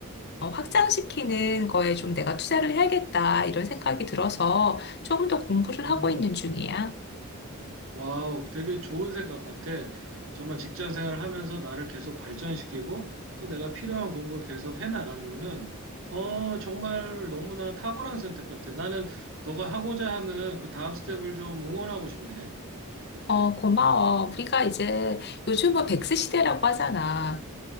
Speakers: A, on the left; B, on the right.
A: 어, 확장시키는 거에 좀 내가 투자를 해야겠다, 이런 생각이 들어서 조금 더 공부를
B: 음.
A: 하고 있는 중이야.
B: 와우, 되게 좋은 생각 같아. 정말 직장 생활 하면서 나를 계속 발전시키고 또 내가 필요한 공부를 계속 해 나가는 거는 어, 정말 너무나 탁월한 선택 같아. 나는 너가 하고자 하는 그 다음 스텝을 좀 응원하고 싶네.
A: 어, 고마워. 우리가 이제 요즘은 백세 시대라고 하잖아.